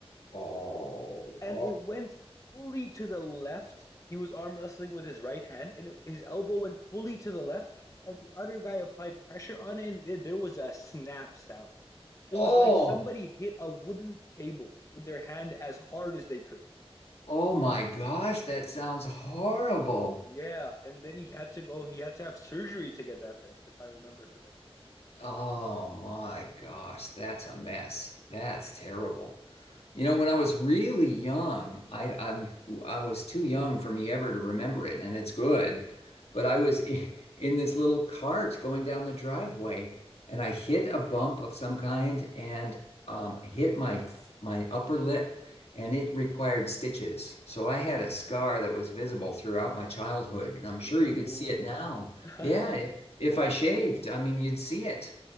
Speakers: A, on the left (about 75°); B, on the left (about 30°).
A: Oh,
B: and
A: oh,
B: it went fully to the left. He was arm wrestling with his right hand, and his elbow went fully to the left. And the other guy applied pressure on it, and there was a snap sound. It
A: oh,
B: was like somebody hit a wooden table with their hand as hard as they could.
A: oh my gosh, that sounds horrible.
B: Yeah, and then he had to go, he had to have surgery to get that fixed, if I remember correctly.
A: Oh my gosh, that's a mess. That's terrible. You know, when I was really young, I I'm I was too young for me ever to remember it, and it's good. But I was <laughs> i- in this little cart going down the driveway, and I hit a bump of some kind and um, hit my my upper lip, and it required stitches. So I had a scar that was visible throughout my childhood, and I'm sure
B: Ooh.
A: you could see it now.
B: <laughs>
A: Yeah, yeah. If I shaved, I mean, you'd see it.